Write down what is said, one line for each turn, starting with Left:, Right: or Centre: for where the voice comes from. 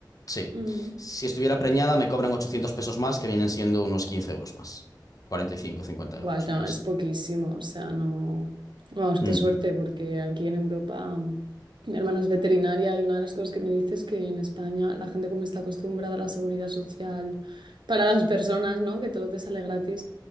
Left: sí.
Right: Mm.
Left: Si estuviera preñada, me cobran 800 pesos más, que vienen siendo unos 15 euros más. 45, 50
Right: Bueno,
Left: euros. Me los-
Right: es poquísimo, o sea, no. Vamos,
Left: Mm,
Right: qué suerte, porque aquí en Europa mm, mi hermana es veterinaria y una de las cosas que me dice es que en España la gente como está acostumbrada a la seguridad social para las personas, ¿no? Que todo te sale gratis.